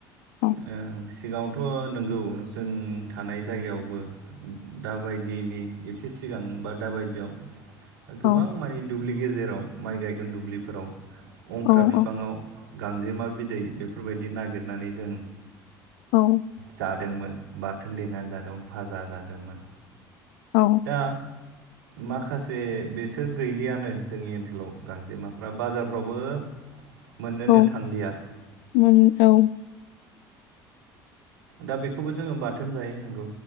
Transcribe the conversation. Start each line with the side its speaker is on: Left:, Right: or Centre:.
Left: औ
Right: ओ सिगाङावथ' नंगौ जों थानाय जायगायावबो दाबायदिनि एसे सिगां बा दा बायदियाव गोबां
Left: औ
Right: माने दुब्लि गेजेराव माइ गायगोन दुब्लिफोराव अंख्रा
Left: औ
Right: फिफाङाव गांजेमा बिदै बेफोरबायदि नागिरनानै जों
Left: औ
Right: जादोंमोन। बाथोन देना जादोंमोन भाजा जादोंमोन।
Left: औ
Right: दा माखासे बेसोर गैलियानो। जोंनि ओनसोलाव गांजेमाफ्रा बाजारफ्रावबो मोननोनो
Left: औ
Right: थांलिया।
Left: मोन औ।
Right: दा बेखौबो जोङो बाथोन जायो नंगौ